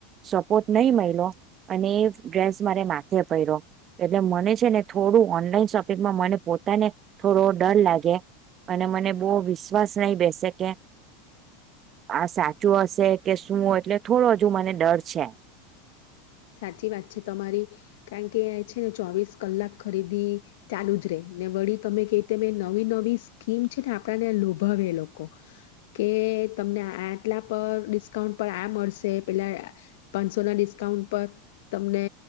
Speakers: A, on the right; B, on the left.
A: સપોર્ટ નહી મયલો. અને એ ડ્રેસ મારે માથે પયરો એટલે મને છે ને થોડું ઓનલાઈન શો માં મને પોતાને થોડો ડર લાગે અને મને બો વિશ્વાસ નહિ બેસે કે આ સાચું હશે કે શું? એટલે થોડો હજુ મને ડર છે.
B: સાચી વાત છે તમારી કારણ કે, છે ને ચોવીસ કલાક ખરીદી ચાલુ જ રેય, ને વળી તમે કેય તેમ નવી નવી સ્કીમ છે ને આપણને લોભાવે એ લોકો કે તમને આટલા પર ડિસ્કાઉન્ટ પર આ મળશે પેલા પાંચસો ના ડિસ્કાઉન્ટ પર તમને